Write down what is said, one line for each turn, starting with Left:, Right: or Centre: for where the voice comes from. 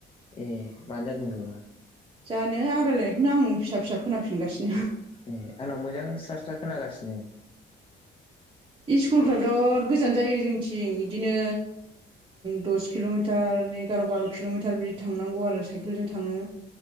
Left: ए मानो जादों बेबा।
Right: जानो आं रायजलायनायखौनो आं फिसा- फिसा खोनाफिनगासिनो।
Left: ए आंनाव मोजां स्रा स्रा खोनागासिनो।
Right: इस्कुलफ्रा बिराद गोजान जायो जोंनिथिं बिदिनो दस किल'मिटार। एगार' बार' किल'मिटार बिदि थांनांगौ आरो साइकेलजों थाङो।